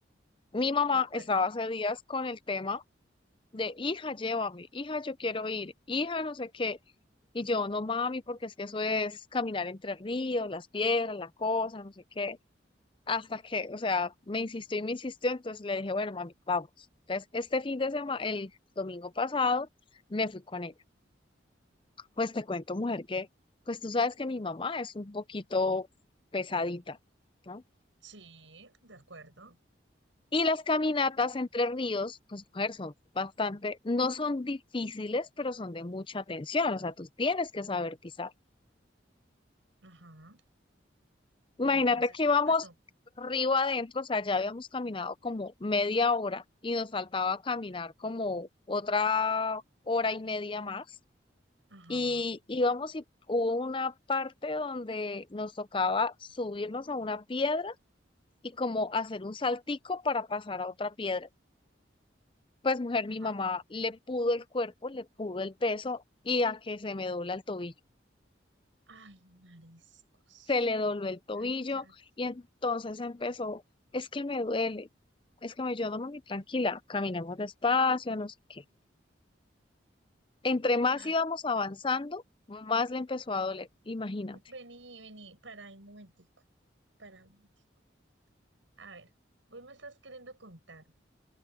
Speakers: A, on the left; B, on the right.
A: mi mamá
B: ¿De acuerdo?
A: estaba hace días con el tema de, hija, llévame, hija, yo quiero ir, hija, no sé qué. Y yo, no mami, porque es que eso es caminar entre ríos, las piedras, la cosa, no sé qué. hasta que, o sea, me insistió y me insistió, entonces le dije, bueno, mami, vamos. Entonces, este fin de semana, el domingo pasado, me fui con ella. Pues te cuento, mujer, que, pues tú sabes que mi mamá es un poquito pesadita, ¿no?
B: Sí, de acuerdo.
A: Y las caminatas entre ríos, pues mujer, son bastante, no son difíciles, pero son de mucha atención, o sea, tú tienes que saber pisar.
B: Ajá. ¿Y
A: Imagínate
B: entonces
A: que
B: qué
A: íbamos
B: pasó?
A: río adentro, o sea, ya habíamos caminado como media hora y nos faltaba caminar como otra hora y media más.
B: Ajá,
A: Y íbamos y hubo una parte donde nos tocaba subirnos a una piedra y como hacer un saltico para pasar a otra piedra. Pues mujer,
B: ajá.
A: mi mamá le pudo el cuerpo, le pudo el peso y a que se me dobla el tobillo.
B: Ay, mariscos.
A: se le dobló el tobillo
B: Cállate.
A: y entonces empezó, es que me duele, es que me, yo no me tranquila, caminemos despacio, no sé qué. Entre más
B: Ay,
A: íbamos avanzando, más le empezó a doler, imagínate.
B: vení, vení, para un momentico. Para un momentico. A ver, vos me estás queriendo contar